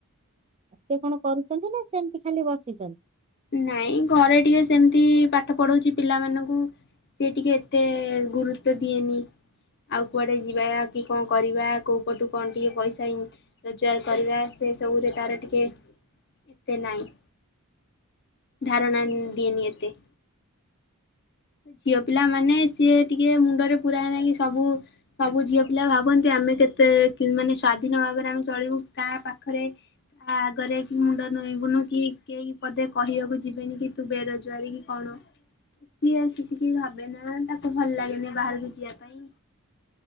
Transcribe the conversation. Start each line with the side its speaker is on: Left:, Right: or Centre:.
Right: ସେ କଣ କରୁଛନ୍ତି ନା ସେମତି ଖାଲି ବସିଛନ୍ତି?
Left: ନାଇଁ ଘରେ ଟିକେ ସେମିତି ପାଠ ପଢ଼ଉଛି ପିଲାମାନଙ୍କୁ। ସିଏ ଟିକେ ଏତେ ଗୁରୁତ୍ୱ ଦିଏନି। ଆଉ କୁଆଡ଼େ ଯିବା କି କଣ କରିବା କୋଉ ପଟୁ କଣ ଟିକେ ପଇସା ଇନ୍ ରୋଜଗାର କରିବା ସେ ସବୁରେ ତାର ଟିକେ ଏତେ ନାହିଁ। ଧାରଣା ଦିଏନି ଏତେ। ଝିଅ ପିଲା ମାନେ ସିଏ ଟିକେ ମୁଣ୍ଡରେ ପୁରାଏନା କି ସବୁ ସବୁ ଝିଅ ପିଲା ଭାବନ୍ତି ଆମେ କେତେ ମାନେ ସ୍ଵାଧୀନ ଭାବରେ ଆମେ ଚଳିବୁ। କାହା ପାଖରେ ତା ଆଗରେ କି ମୁଣ୍ଡ ନୁଏଁଇ ବୁନୁ କି କେହି ପଦେ କହିବାକୁ ଯିବେନି କି ତୁ ବେରୋଜଗାରୀ କି କଣ ସିଏ ଏତେ କିଛି ଭାବେନା। ତାକୁ ଭଲ ଲାଗେନି ବାହାରକୁ ଯିବା ପାଇଁ।